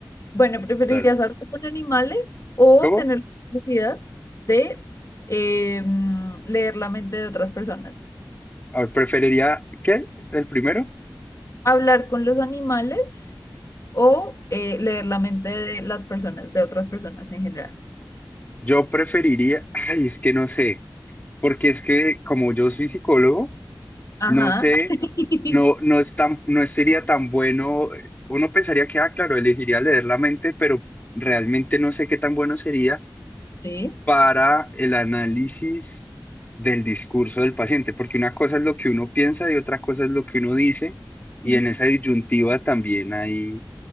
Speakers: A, on the left (about 45°); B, on the left (about 20°).
A: Bueno, ¿preferirías
B: dale.
A: hablarte con animales o
B: ¿Cómo?
A: tener la capacidad de eh, mm, leer la mente de otras personas?
B: A ver, preferiría, ¿qué? ¿El primero?
A: ¿Hablar con los animales o eh, leer la mente de las personas, de otras personas en general?
B: Yo preferiría, ay, es que no sé, porque es que como yo soy psicólogo,
A: Ajá.
B: no sé,
A: <laughs>
B: no, no es tan, no sería tan bueno. Uno pensaría que, ah, claro, elegiría leer la mente, pero realmente no sé qué tan bueno sería
A: Sí.
B: para el análisis del discurso del paciente, porque una cosa es lo que uno piensa y otra cosa es lo que uno dice, y
A: Ujú.
B: en esa disyuntiva también hay,